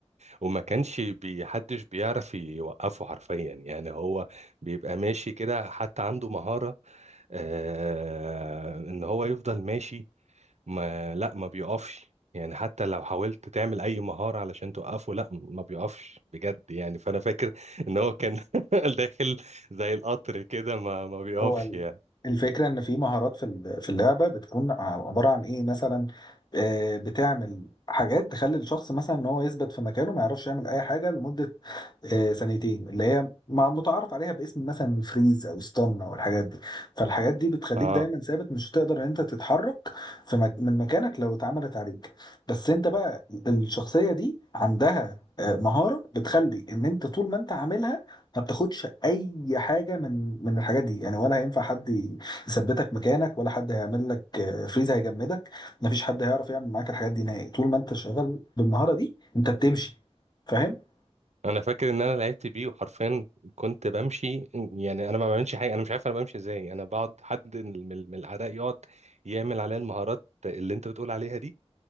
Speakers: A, on the right; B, on the left.
A: وما كانش بي... حدش بيعرف يوقفه حرفيا يعني هو بيبقى ماشي كده حتى عنده مهارة آه... ان هو يفضل ماشي ما لا ما بيقفش يعني حتى لو حاولت تعمل اي مهارة علشان توقفه لا ما بيقفش بجد يعني فانا فاكر ان هو كان <laughs> داخل زي القطر كده ما ما بيقفش
B: هو ال-
A: يعني
B: الفكرة إن في مهارات في ال- في اللعبة بتكون عبارة عن إيه مثلا آه، بتعمل حاجات تخلي الشخص مثلا إن هو يثبت في مكانه ما يعرفش يعمل أي حاجة لمدة آه، ثانيتين اللي هي مع متعارف عليها باسم مثلا فريز أو ستان أو الحاجات دي فالحاجات دي بتخليك
A: آه.
B: دايما ثابت مش هتقدر إن أنت تتحرك في مك من مكانك لو اتعملت عليك بس أنت بقى الشخصية دي عندها آه، مهارة بتخلي إن أنت طول ما أنت عاملها ما بتاخدش اي حاجه من من الحاجات دي يعني ولا هينفع حد يثبتك مكانك ولا حد هيعمل لك آه، فريز هيجمدك ما فيش حد هيعرف يعمل معاك الحاجات دي نهائي طول ما انت شغال بالمهاره دي انت بتمشي فاهم
A: انا فاكر ان انا لعبت بيه وحرفيا كنت بمشي يعني انا ما بعملش حاجه انا مش عارف انا بمشي ازاي انا بقعد حد من من- من الاعداء يقعد يعمل عليا المهارات اللي انت بتقول عليها دي